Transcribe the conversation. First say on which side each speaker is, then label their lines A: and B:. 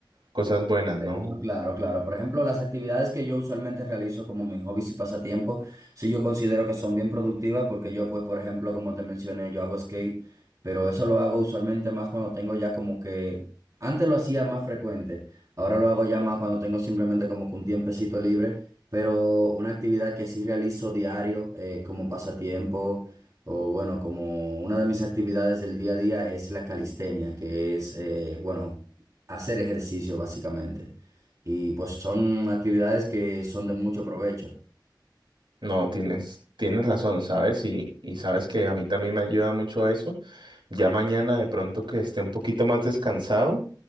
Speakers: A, on the right; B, on the right.
A: cosas buenas,
B: De
A: ¿no?
B: hecho, claro, claro. Por ejemplo, las actividades que yo usualmente realizo como mis hobbies y pasatiempos, sí yo considero que son bien productivas porque yo, pues, por ejemplo, como te mencioné, yo hago skate, pero eso lo hago usualmente más cuando tengo ya como que, antes lo hacía más frecuente, ahora lo hago ya más cuando tengo simplemente como que un tiempecito libre, pero una actividad que sí realizo diario eh, como pasatiempo o bueno, como una de mis actividades del día a día es la calistenia, que es, eh, bueno hacer ejercicio básicamente. Y pues son actividades que son de mucho provecho.
A: No, tienes, tienes razón, ¿sabes? Y, y sabes que a mí también me ayuda mucho eso. Ya mañana de pronto que esté un poquito más descansado,